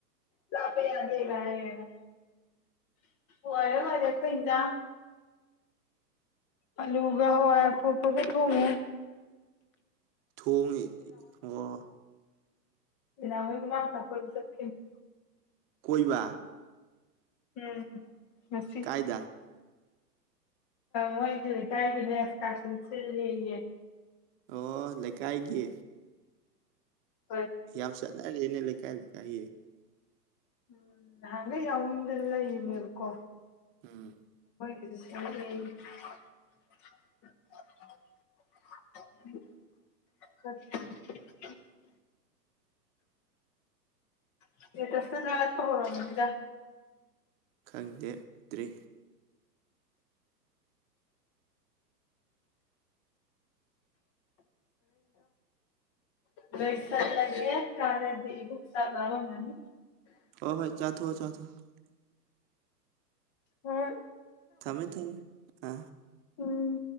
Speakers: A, on the left (about 30°); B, on the right (about 35°).
A: ꯂꯞꯄ ꯌꯗꯦꯒꯅ ꯑꯣꯏꯔꯝꯅꯤ ꯂꯣꯏꯔꯦ ꯂꯣꯏꯔꯦ ꯑꯩꯈꯣꯢ ꯢꯟꯖꯥꯡ ꯑꯂꯨꯒ ꯍꯋꯥꯏ ꯑꯄꯣꯞꯄꯒ ꯊꯣꯡꯉꯦ
B: ꯊꯣꯡꯉꯦ ꯑꯣ
A: ꯃꯝꯃꯥ ꯃꯆꯥ ꯀꯣꯏꯕ ꯆꯠꯈꯤꯕꯅꯦ
B: ꯀꯣꯏꯕ
A: ꯎꯝ ꯉꯁꯤ
B: ꯀꯥꯏꯗ
A: ꯃꯣꯏꯒꯤ ꯂꯩꯀꯥꯏꯒꯤ ꯑꯦꯁꯀꯔꯁꯟ ꯁꯤꯜꯂꯦꯌꯦ
B: ꯑꯣ ꯂꯩꯀꯥꯏꯒꯤ
A: ꯎꯝ
B: ꯌꯝ ꯆꯠꯅꯔꯦꯅꯦ ꯂꯩꯀꯥꯏ ꯂꯩꯀꯥꯏꯒꯤ
A: ꯎꯝ ꯅꯍꯟꯗꯩ ꯌꯥꯎꯅꯤꯡꯗꯅ ꯂꯩꯔꯤꯅꯦꯕꯀꯣ
B: ꯎꯝ
A: <inaudible> <inaudible> ꯏꯁꯇꯦ ꯇꯁꯇ ꯊꯒꯠꯄ ꯍꯧꯔꯝꯃꯅꯤꯗ
B: ꯈꯪꯗꯦ ꯇ꯭ꯔꯦ
A: ꯂꯣꯏꯁꯜꯂꯒꯦ ꯀꯥꯅꯗꯦ ꯏꯕꯣꯛ ꯆꯥꯛ ꯂꯝꯃꯝꯃꯅꯤ
B: ꯍꯣꯏ ꯍꯣꯏ <inaudible>
A: ꯍꯣꯏ
B: ꯊꯝꯃꯦ ꯊꯝꯃꯦ ꯑ
A: ꯎꯝ